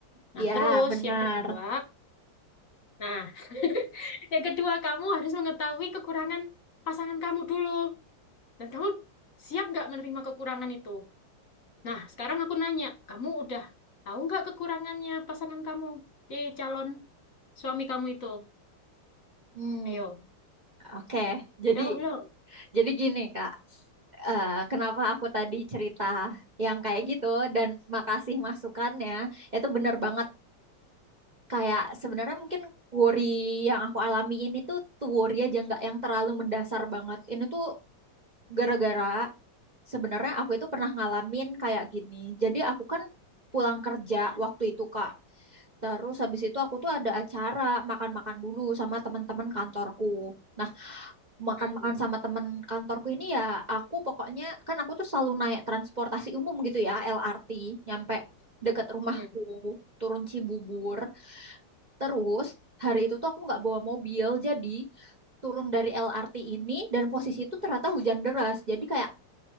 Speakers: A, on the left (about 45°); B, on the right (about 40°).
A: Nah,
B: Ya,
A: terus
B: benar.
A: yang kedua Nah, <laughs> yang kedua kamu harus mengetahui kekurangan pasangan kamu dulu. Dan kamu siap nggak menerima kekurangan itu? Nah, sekarang aku nanya, kamu udah tahu nggak kekurangannya pasangan kamu di calon suami kamu itu?
B: Mm.
A: Ayo,
B: Oke, jadi
A: udah apa belum?
B: jadi gini Kak, Eh, kenapa aku tadi cerita yang kayak gitu dan makasih masukannya, itu benar banget kayak sebenarnya mungkin worry yang aku alami ini tuh, tuh worry aja nggak yang terlalu mendasar banget. Ini tuh gara-gara sebenarnya aku itu pernah ngalamin kayak gini. Jadi aku kan pulang kerja waktu itu Kak. Terus habis itu aku tuh ada acara makan-makan dulu sama teman-teman kantorku. Nah, makan-makan
A: Mm-mm.
B: sama temen kantorku ini ya aku pokoknya kan aku tuh selalu naik transportasi umum gitu ya LRT nyampe deket rumahku
A: Mm-mm.
B: turun Cibubur terus hari itu tuh aku nggak bawa mobil jadi turun dari LRT ini dan posisi itu ternyata hujan deras jadi kayak